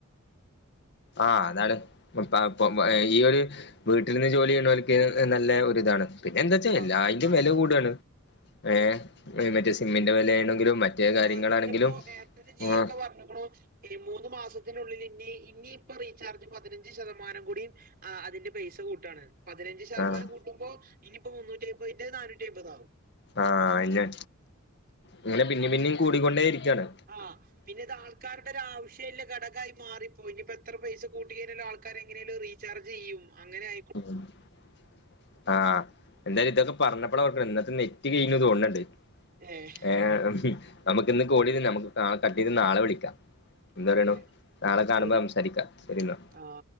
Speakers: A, on the left; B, on the right.
A: ആഹ് അതാണ് <unintelligible> ഈ ഒരു വീട്ടിൽ നിന്ന് ജോലി ചെയ്യണക്ക് നല്ല ഒരുരിതാണ് പിന്നെ എന്താ വച്ചാ
B: ആഹ്
A: എല്ലായന്റെും വില കൂടയാണ് ഏ മറ്റേ സിമ്മിൻ്റെ വിലയാണെങ്കിലും മറ്റേ
B: ഇപ്പൊ
A: കാര്യങ്ങളാണെങ്കിലും
B: ഇന്നിപ്പോ എയർടെലും ജിയോ
A: ആ
B: ഒക്കെ പറഞ്ഞുക്കുണു ഈ മൂന്ന് മാസത്തിനുള്ളിൽ ഇനി ഇനിയിപ്പൊ റീചാർജ് പതിനഞ്ച് ശതമാനം കൂടിയും ആ് അതിന്റെ പൈസ കൂട്ടുകയാണ് പതിനഞ്ച് ശതമാനം
A: ആഹ്
B: കൂട്ടുമ്പോ ഇനിയിപ്പോ മുന്നൂറ്റി അമ്പതിന്റെ നാനൂറ്റി അമ്പത് ആകും
A: ആഹ് അയ്ന്നെ ഇങ്ങനെ പിന്നം പിന്നം കൂടിക്കൊണ്ടേ ഇരിക്കുവാണ്
B: ആഹ് പിന്നെ ഇത് ആൾ ആൾക്കാരുടെ ഒരു ആവശ്യമില്ല ഘടകായി മാറിപ്പോയിനി ഇപ്പോ എത്ര പൈസ കൂട്ടി കഴിഞ്ഞാലും ആൾക്കാര് എങ്ങനെലും റിച്ച ചർച്ച ചെയ്യും അങ്ങനെ ആ
A: <unintelligible> ആഹ് എന്തായാലും ഇതൊക്കെ പറഞ്ഞപ്പോഴ അവർക്ക ഇന്നത്തെ നെറ്റ് കഴു തോന്നണണ്ട്
B: ഏഹ്
A: ഏഹ് നമുക്ക് ഇന്ന് <unintelligible> നമുക്ക് നാളെ കട്ടെയ്ത് നാളെ വിളിക്കാം. എന്താ പറയണു.
B: ഓക്കെ
A: നാളെ കാണുമ്പോ
B: ശരി
A: സംസാരിക്കാം ശെരീന്നാ
B: ആ